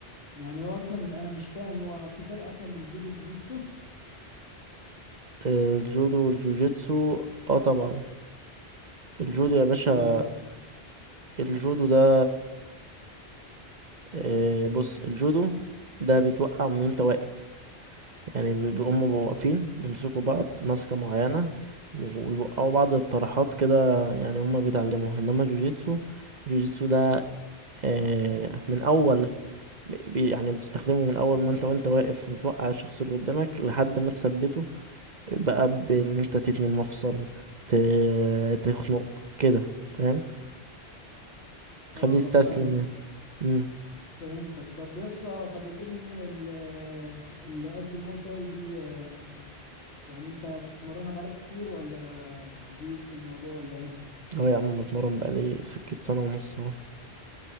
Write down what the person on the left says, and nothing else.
يعني هو اصلا انا مش فاهم هو في فرق اصلا بين الجودو والجوجيتسو
ايه بقى
اه
فاهمك
ط-
فهمتك طب يا اسطى طب والام ام ايه اللي قصدي الموي تاي دي آه، يعني انت بتتمرنها بقالك كتير ولا جديد في الموضوع ولا ايه